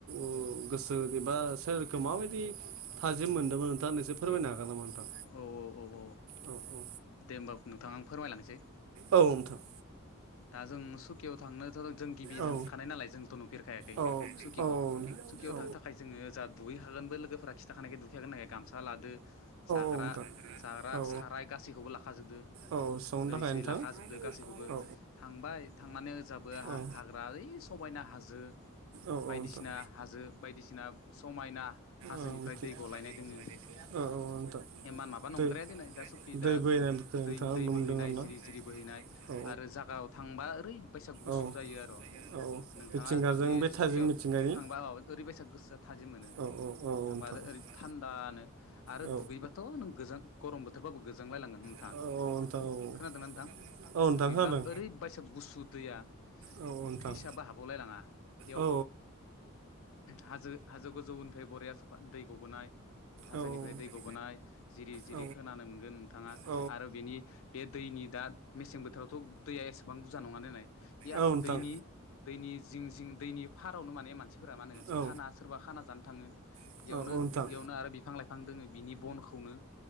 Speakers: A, on the right; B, on the left.
A: ओ गोसो एबा सोर खो माबायदि एसे मोनदोंमोन नोंथां नोंसोर फोरमायनो हागोन नामा नोंथां?
B: औ औ
A: औ औ।
B: दे होमबा नोंथां आं फोरमायलांनोसै।
A: औ नोंथां।
B: दा जों सुकियाव थांनोथ' जों गिबि
A: औ
B: थांखानाय नालाय जोंथ' नुफेरखायाखै
A: औ
B: सुकिखौ।
A: औ
B: सुखियाव
A: औ
B: थांनो थाखाय जोङो जा दुगैखागोनबो लोगोफोरा खिथाखानायखाय दुगैखागोन होननायखाय गामसा लादो जाग्रा
A: नोंथां
B: जाग्रा
A: औ
B: साराय गासैखौबो लाखाजोबदो
A: औ संनो
B: दै
A: थाखाय
B: सै
A: नोंथां
B: लाखाजोबदो गासैखौबो।
A: औ
B: थांबाय थांनानै ओजाबो हा-हाग्रा
A: औ
B: ओइ समायना हाजो।
A: औ
B: बायदिसिना
A: औ नोंथां
B: हाजो बायदिसिना समायना हाजोनिफ्राय
A: औ मिथिं
B: दै गलायनाय दोङो।
A: औ औ नोंथां
B: एमान माबा नंद्राया
A: दै
B: दिनै दा सुकि दा
A: दै बोहैनायखौ
B: जोङो
A: नोंथाङा
B: दै दै
A: नुनो
B: बोहैनाय
A: मोनदों आरोना
B: जिरि जिरि बोहैनाय
A: औ
B: आरो जों जायगायाव थांबा ओरैबायसा गुसु
A: औ
B: जायो आरो
A: औ
B: नोंथाङा
A: मिथिंगाजों
B: जुदि
A: बे थाजिम
B: सुकियाव
A: मिथिंगानि
B: थांबा ओरैबायसा गोसोआ थाजिम मोनो
A: औ औ औ
B: थांबा
A: नोंथां
B: ओरै थान्दानो आरो
A: औ
B: दुगैबाथ' नों गोजां गरम बोथोरबाबो गोजांलायलांगोन नोंथाङा
A: औ औ नोंथां
B: खोनादोंना
A: औ
B: नोंथां
A: औ नोंथां
B: दुगैब्ला
A: खोनादों
B: ओरै बाइसा गुसु दैया
A: औ नोंथां
B: फ्रिसाबो हाबावलाय लाङा बेयाव
A: औ
B: हाजो हाजो गोजौनिफ्राय बरिया साफा दै गबोनाय हाजोनिफ्राय
A: औ
B: दै गबोनाय जिरि जिरि
A: नोंथां औ
B: खोनानो मोनगोन नोंथाङा
A: औ
B: आरो बेनि बे दैनि दा मेसें बोथोरावथ' दैया एसेबां बुरजा नङा नालाय बे
A: नोंथां
B: दैनि दैनि जिं जिं दैनि फारावनो माने मानसिफोरा मा होनो
A: औ नोंथां औ
B: खाना सोरबा खाना जानो थाङो
A: औ
B: बेयावनो
A: नोंथां
B: बेयावनो आरो बिफां लाइफां दोङो बिनि बनखौनो